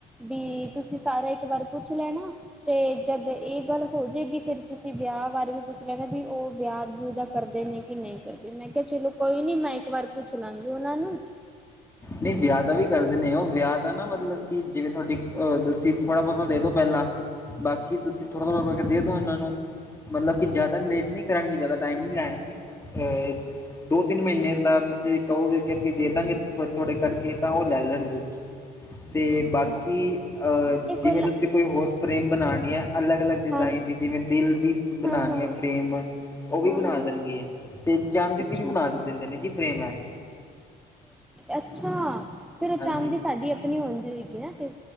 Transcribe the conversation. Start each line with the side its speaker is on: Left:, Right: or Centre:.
Centre: ਵੀ ਤੁਸੀਂ ਸਾਰਾ ਇੱਕ ਵਾਰ ਪੁੱਛ ਲੈਣਾ ਤੇ ਜਦ ਇਹ ਗੱਲ ਹੋ ਜਾਏਗੀ ਫਿਰ ਤੁਸੀਂ ਵਿਆਹ ਬਾਰੇ ਵੀ ਪੁੱਛ ਲੈਣਾ ਵੀ ਉਹ ਵਿਆਹ ਵਿੂ ਕਰਦੇ ਨੇ ਕੀ ਨਹੀਂ ਕਰਦੇ ਮੈਂ ਕਿਹਾ ਚਲੋ ਕੋਈ ਨੀ ਮੈਂ ਇੱਕ ਵਾਰ ਪੁੱਛ ਲਾਂਗੀ ਉਹਨਾਂ ਨੂੰ
Left: ਨਹੀਂ ਵਿਆਹ ਦਾ ਵੀ ਕਰਦੇ ਨੇ ਉਹ ਵਿਆਹ ਦਾ ਨਾ ਮਤਲਬ ਕਿ ਜਿਵੇਂ ਤੁਹਾਡੀ ਅਹ ਤੁਸੀਂ ਥੋੜ੍ਹਾ ਬਹੁਤਾ ਦੇ ਦੋ ਪਹਿਲਾਂ ਬਾਕੀ ਤੁਸੀਂ ਥੋੜ੍ਹਾ- ਥੋੜ੍ਹਾ ਕਰਕੇ ਦੇ ਦੋ ਇਹਨਾਂ ਨੂੰ ਮਤਲਬ ਕਿ ਜ਼ਿਆਦਾ ਲੇਟ ਨੀ ਕਰਨਗੇ ਜਿਆਦਾ ਟਾਈਮ ਨੀ ਲੈਣਗੇ ਅਹ ਦੋ ਤਿੰਨ ਮਹੀਨੇ ਦਾ ਤੁਸੀਂ ਕਹੋਗੇ ਕਿ ਅਸੀਂ ਦੇ ਦਾਂਗੇ ਥੋੜੇ -ਥੋੜੇ ਕਰਕੇ ਤਾਂ ਉਹ ਲੈ ਲੈਣਗੇ ਤੇ
Centre: ਅੱਛਾ
Left: ਬਾਕੀ ਅਹ
Centre: ਇਹ
Left: ਜਿਵੇਂ
Centre: ਗੁਰਲਾ
Left: ਤੁਸੀਂ ਕੋਈ ਹੋਰ ਫਰੇਮ ਬਣਾਉਣੀ ਹੈ ਅਲੱਗ -ਅਲੱਗ ਡਿਜ਼ਾਇਨ
Centre: ਹਾਂ
Left: ਦੀ ਜਿਵੇਂ ਦਿਲ ਦੀ ਬਣਾਉਣੀ
Centre: ਹਾਂ ਹਾਂ
Left: ਹੈ ਫਰੇਮ ਉਹ ਵੀ
Centre: ਹਾਂ
Left: ਬਣਾ
Centre: ਹਾਂ
Left: ਦੇਣਗੇ ਤੇ ਚਾਂਦੀ
Centre: ਅੱਛਾ
Left: ਦੀ ਵੀ ਬਣਾ
Centre: ਅੱਛਾ
Left: ਦਿੰਦੇ ਨੇ ਜੀ ਫਰੇਮ ਹੈ
Centre: ਅੱਛਾ ਫਿਰ ਉਹ ਚਾਂਦੀ
Left: ਹਾਂਜੀ
Centre: ਸਾਡੀ ਆਪਣੀ ਹੁੰਦੀ ਹੋਏਗੀ ਨਾ ਫ